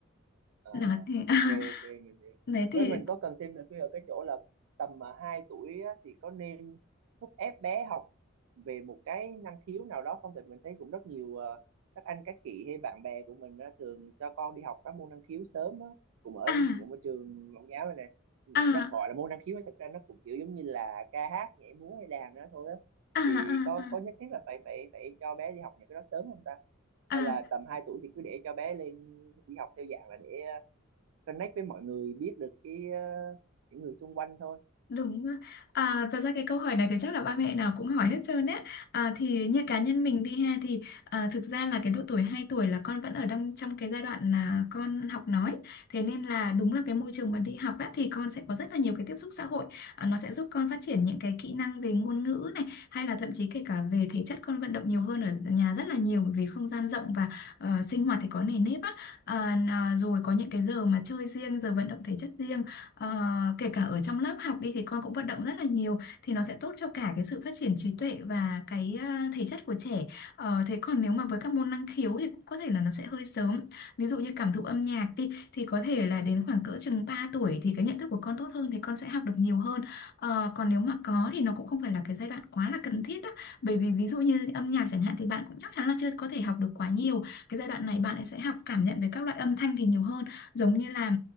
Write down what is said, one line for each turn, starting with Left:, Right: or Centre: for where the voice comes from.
Right: à,
Left: nó thì <laughs>
Right: ok ok mình hiểu
Left: đấy
Right: với
Left: thì
Right: mình có cần thêm nữa ở cái chỗ là tầm mà hai tuổi á, thì có nên thúc ép bé học về một cái năng khiếu nào đó không tại mình thấy cũng rất nhiều ờ, các anh các chị hay bạn bè của mình á, thường cho con đi học các môn năng khiếu sớm á, cũng ở
Left: à
Right: cũng ở trường mẫu giáo này nè nó
Left: à
Right: gọi là môn năng khiếu nhưng thực ra nó cũng kiểu giống như là ca hát nhảy múa hay đàn nữa thôi á
Left: à à
Right: thì có
Left: à
Right: có nhất thiết là phải phải phải cho bé đi học những cái đó sớm không ta
Left: à
Right: hay là tầm 2 tuổi thì cứ để cho bé lên đi học theo dạng là để ờ, connect với mọi người biết được cái ờ, những người xung quanh thôi
Left: Đúng. ạ. À, thật ra cái câu hỏi này thì chắc là ba mẹ nào cũng hỏi hết trơn ấy. À, thì như cá
Right: à,
Left: nhân
Right: vậy.
Left: mình đi ha thì
Right: <laughs>
Left: à, thực ra là cái độ tuổi 2 tuổi là con vẫn ở trong trong cái giai đoạn là con học nói. Thế nên là đúng là cái môi trường mà đi học á, thì con sẽ có rất là nhiều cái tiếp xúc xã hội. À, nó sẽ giúp con phát triển những cái kỹ năng về ngôn ngữ này hay là thậm chí kể cả về thể chất con vận động nhiều hơn ở nhà rất là nhiều bởi vì không gian rộng và ờ, sinh hoạt thì có nề nếp á. À, n- à, rồi có những cái giờ mà chơi riêng, giờ vận động thể chất riêng Ờ, kể cả ở trong lớp học đi thì con cũng vận động rất là nhiều thì nó sẽ tốt cho cả cái sự phát triển trí tuệ và cái ờ, thể chất của trẻ Ờ, thế còn nếu mà với các môn năng khiếu thì cũng có thể là nó sẽ hơi sớm ví dụ như cảm thụ âm nhạc đi thì có thể là đến khoảng cỡ chừng 3 tuổi thì cái nhận thức của con tốt hơn thì con sẽ học được nhiều hơn Ờ, còn nếu mà có thì nó cũng không phải là cái giai đoạn quá là cần thiết á bởi vì ví dụ như âm nhạc chẳng hạn thì bạn cũng chắc chắn là chưa có thể học được quá nhiều cái giai đoạn này bạn ấy sẽ học cảm nhận về các loại âm thanh thì nhiều hơn giống như là